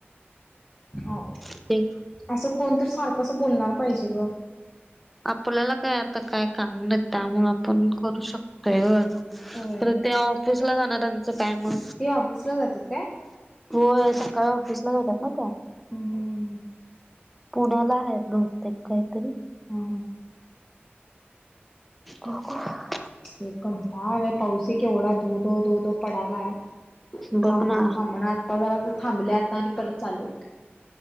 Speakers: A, on the left; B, in the centre.
A: हो
B: ते
A: असं कोण तर सारखं असं बोलणार पाहिजे ग.
B: आपल्याला काय आता काय काम नाही. त्यामुळे आपण करू शकतोय ग
A: होय
B: त्या ऑफिसला जाणाऱ्याच काय मग.
A: ते ऑफिसला जातात काय
B: व्हयं सकाळी ऑफिसला जातात ना त्या
A: हम्म हम् हम् हम्म
B: पुण्याला आहेत बहुतेक काहीतरी
A: ह हा
B: हो ग
A: एक कंटाळा आलंय पाऊस ही केवढा धो धो धो धो पडलाय.
B: बघ
A: थांबता
B: ना
A: थांबण आता जरा थांबल्या आता आणि परत चालू होतय